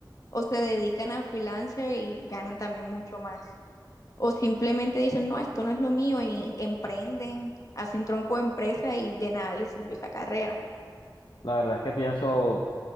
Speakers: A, on the left; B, on the left.
A: O se dedican a freelancer y ganan también mucho más. O simplemente dicen, no, esto no es lo mío y emprenden, hacen tronco de empresa y de nada les sirvió esa carrera.
B: La verdad es que pienso